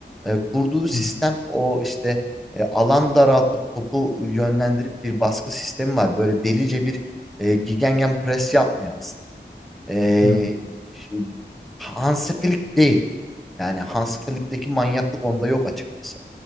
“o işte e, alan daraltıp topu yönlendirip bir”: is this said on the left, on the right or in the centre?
Centre